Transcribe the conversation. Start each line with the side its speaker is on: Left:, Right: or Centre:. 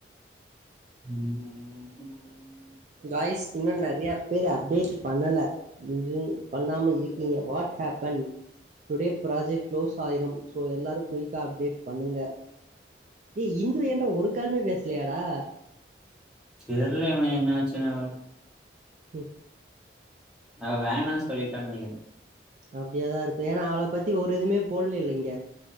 Centre: ம் ம்
Right: காய்ஸ் இன்னு நறையா பேரு அப்டேட் பண்ணல இன்று பண்ணாம இருக்கீங்க what happen today project close ஆயிரும் சோ எல்லாரு குயிக்கா அப்டேட் பண்ணுங்க ஏ இந்து ஏன்டா ஒரு காலுமே பேசலயாடா
Centre: தெர்ல இவனே என்ன ஆச்சுனு அவ
Right: ம்
Centre: அவ வேணா சொல்லிட்டா நெனக்கிறே
Right: அப்டியாதா இருக்கு ஏனா அவள பத்தி ஒரு இதுமே போல்லைல இங்க